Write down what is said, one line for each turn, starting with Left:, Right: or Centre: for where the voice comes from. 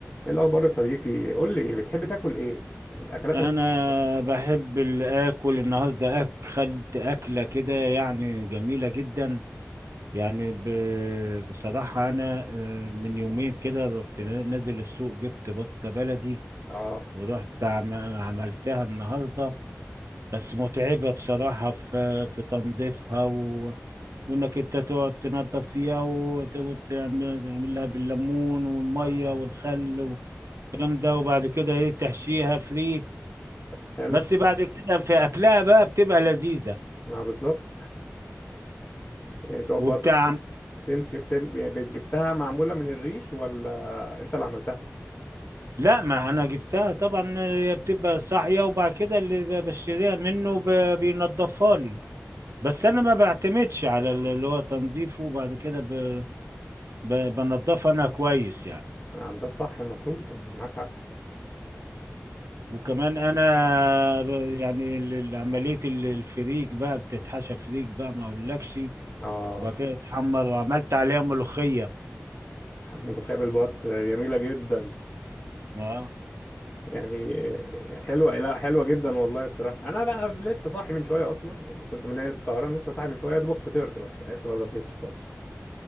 Left: ايه الاخبار يا صديقي قول لي بتحب تاكل ايه الاكلاتك
Right: انا
Left: المفضله
Right: بحب الاكل النهارده اكلت اكله كده يعني جميله جدا يعني ب... بصراحه انا آه، من يومين كده رحت نازل السوق جبت بطه بلدي
Left: اه
Right: ورحت عم... عملتها النهارده بس متعبه بصراحه في في تنظيفها و... وانك انت تقعد تنظف فيها وت- وتعمل تعمل لها بالليمون والميه
Left: آه،
Right: والخل والكلام ده وبعد كده ايه تحشيها فريك
Left: حلو
Right: بس بعد كده في اكلها بقى بتبقى لذيذه
Left: ما بالظبط يعني دوت
Right: وبتاع
Left: برضه تنش تن... يعني بت- جبتها معموله من الريش ولا انت اللي عملتها
Right: لا ما انا جبتها طبعا هي بتبقى صاحيه وبعد كده اللي بشتريها منه ب- بينضفها لي بس انا ما بعتمدش على اللي هو تنظيفه وبعد كده ب- ب- بنضفها انا كويس يعني
Left: نعم ده الصح المفروض أنا معاك حق
Right: وكمان انا ب- يعني ال- ال- عمليه ال- الفريك بقى بتتحشى فريك بقى ما اقولكش
Left: اه
Right: وبعد كده تحمر وعملت عليها ملوخيه
Left: ملوخيه بالبط جميله جدا
Right: اه
Left: يعني يعني حلوه لا حلوه جدا والله بصراحه انا بقى لسه صاحي من شويه اصلا يعني كنت من سهران لسه صاحي من شويه يا دوبك فطرت بس يعني لسه ما اتغديتش خالص